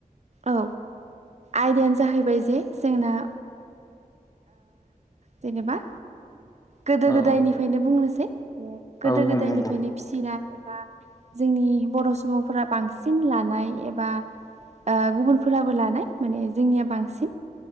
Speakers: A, on the right (about 50°); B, on the left (about 25°).
A: औ आयदायानो जाहैबाय जे जोंना जेनेबा गोदो
B: औ
A: गोदायनिफ्रायनो बुंनोसै गोदो
B: औ
A: गोदायनिफ्रायनो
B: बुं बुं बुं
A: फिसिना एबा जोंनि बर' सुबुंफोरा बांसिन लानाय एबा गुबुनफोराबो लानाय माने जोंनिया बांसिन